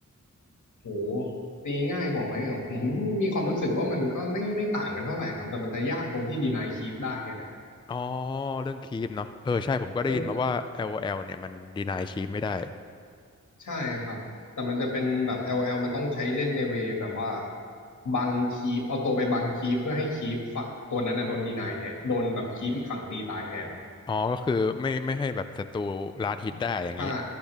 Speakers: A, on the left (about 85°); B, on the left (about 15°).
A: โหตีง่ายกว่าไหมเหรอผมมีความรู้สึกว่ามันก็ไม่ไม่ต่างกันเท่าไหร่ครับแต่มันจะยากตรงที่ดีนายคีปได้เนี่ยแหละ
B: อ๋อเรื่องคีปเนาะเออใช่ผมก็ได้ยินมาว่า
A: เออ
B: LOL เนี่ยมันดีนายคีปไม่ได้
A: ใช่ครับแต่มันจะเป็นแบบ LL มันต้องใช้เล่นในเวย์แบบว่าบังคีปเอาตัวไปบังคีปเพื่อให้คีปฝั่งตัวนั้นนะโดนดีนายแทนโดนแบบคีปอีกฝั่งตีตายแทน
B: อ๋อก็คือไม่ไม่ให้แบบศัตรูลาดฮิตได้อย่างนี้
A: ใช่